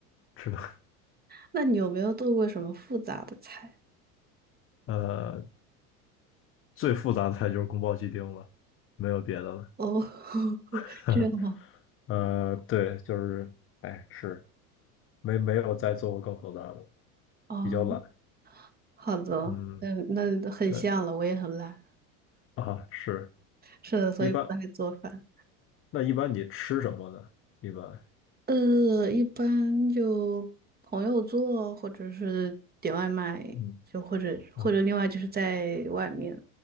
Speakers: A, on the left; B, on the right.
A: 吃的
B: 那你有没有做过什么复杂的菜？
A: 呃最复杂的菜就是宫保鸡丁了，没有别的了。
B: 哦，<laughs>
A: <laughs>
B: 这样吗？
A: 呃，对，就是哎是没没有再做过更复杂的，
B: 哦，
A: 比较懒。
B: 好的，
A: 嗯。
B: 嗯，那很像了，
A: 那
B: 我也很懒。
A: 啊是
B: 是的，所以不太做饭。
A: 一般，那一般你吃什么呢？一般，
B: 呃，一般就朋友做，或者是点外卖，
A: 嗯
B: 就或者或者另外就是在外面
A: 啊